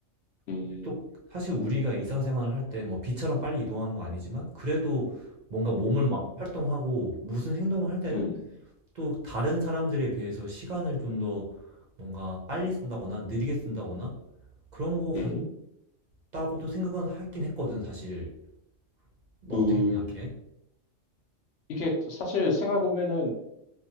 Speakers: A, on the left; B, on the right.
A: 음,
B: 근데 또 사실 우리가 일상생활을 할 때 뭐 빛처럼 빨리 이동하는 건 아니지만 그래도 뭔가 몸을 막 활동하고 무슨 행동을 할 때는
A: 음,
B: 또 다른 사람들에 비해서 시간을 좀 더 뭔가 빨리
A: 음,
B: 쓴다거나 느리게 쓴다거나 그런 거
A: 음.
B: 같다고도 생각은 하긴 했거든, 사실. 너
A: 그,
B: 어떻게 생각해?
A: 이게 사실 생각해보면은,